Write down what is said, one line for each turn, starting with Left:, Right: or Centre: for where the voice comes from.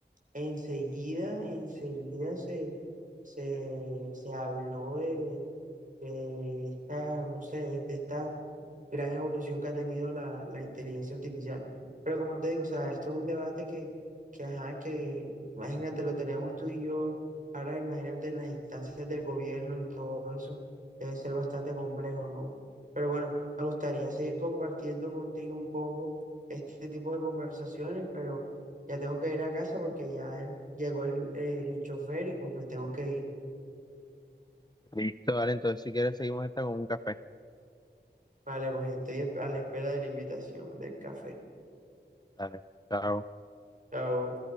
Right: Enseguida, enseguida se, se, se habló de, de- de esta, no sé, de esta gran evolución que ha tenido la, la inteligencia artificial. Pero como te digo, o sea, esto es un debate que, que, ajá, que imagínate, lo tenemos tú y yo, ahora imagínate en las instancias del gobierno y todo eso, debe ser bastante complejo, ¿no? Pero bueno, me gustaría seguir compartiendo contigo un poco este tipo de conversaciones, pero ya tengo que ir a casa porque ya llegó el, eh, mi chofer y pues me tengo que ir.
Left: Listo, vale, entonces si quieres seguimos esta con un café.
Right: Vale, pues estoy a la espera de la invitación del café.
Left: Dale, chao.
Right: Chao.